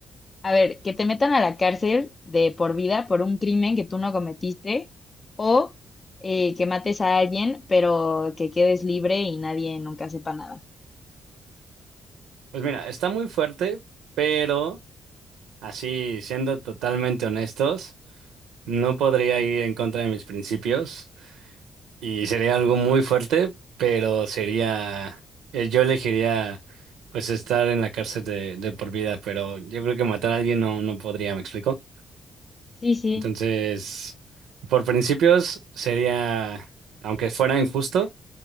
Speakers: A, on the left; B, on the right.
A: A ver, que te metan a la cárcel de por vida por un crimen que tú no cometiste o eh, que mates a alguien, pero que quedes libre y nadie nunca sepa nada.
B: Pues mira, está muy fuerte, pero así, siendo totalmente honestos, no podría ir en contra de mis principios. Y sería algo muy fuerte, pero sería, eh, yo elegiría pues estar en la cárcel de, de por vida, pero yo creo que matar a alguien no, no podría, ¿me explico?
A: Sí, sí.
B: Entonces, por principios sería, aunque fuera injusto,